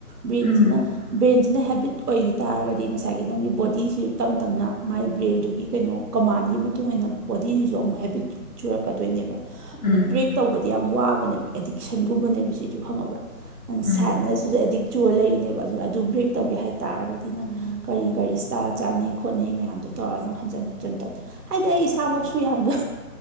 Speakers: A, on the right; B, on the left.
A: ꯕ꯭ꯔꯦꯟꯁꯤꯅ
B: ꯎꯝ
A: ꯕ꯭ꯔꯦꯟꯁꯤꯅ ꯍꯦꯕꯤꯠ ꯑꯣꯏꯈꯤ ꯇꯥꯔꯒꯗꯤ ꯉꯁꯥꯏꯒꯤ ꯅꯪꯒꯤ ꯕꯣꯗꯤ ꯏꯁꯨ ꯇꯞ ꯇꯞꯅ ꯃꯥꯏ ꯕ꯭ꯔꯦꯟꯗꯨꯒꯤ ꯀꯩꯅꯣ ꯀꯃꯥꯟꯒꯤ ꯃꯇꯨꯡ ꯏꯟꯅ ꯕꯣꯗꯤꯁꯤꯁꯨ ꯑꯃꯨꯛ ꯍꯦꯕꯤꯠ ꯆꯨꯔꯛꯀꯗꯣꯏꯅꯦꯕ
B: ꯎꯝ
A: ꯑꯗꯨ ꯕ꯭ꯔꯦꯛ ꯇꯧꯕꯗꯤ ꯌꯥꯝ ꯋꯥꯕꯅꯦꯕ ꯑꯦꯗꯤꯛꯁꯟꯒꯨꯝꯕꯅꯦꯕ ꯁꯤꯁꯨ ꯈꯪꯉꯕ꯭ꯔꯥ ꯪ
B: ꯎꯝ
A: ꯁꯥꯠꯅ ꯁꯤꯁꯨ ꯑꯦꯗꯤꯛ ꯆꯔ ꯂꯩꯔꯤꯅꯦꯕ ꯑꯗꯨꯅ ꯑꯗꯨ ꯄ꯭ꯔꯦꯛ ꯇꯧꯒꯦ ꯍꯥꯏꯔꯦ ꯇꯥꯔꯒꯗꯤꯅ ꯀꯔꯤ ꯀꯔꯤ ꯏꯁꯇꯥꯥꯏꯜ ꯆꯥꯅꯩ ꯈꯣꯠꯅꯩ ꯃꯌꯥꯝꯗꯣ ꯇꯧꯔꯒꯅ ꯍꯟꯖꯤꯟ ꯍꯟꯖꯤꯟ ꯇꯧ ꯍꯥꯏꯗꯤ ꯑꯩ ꯏꯁꯥꯃꯛꯁꯨ ꯌꯥꯝꯅ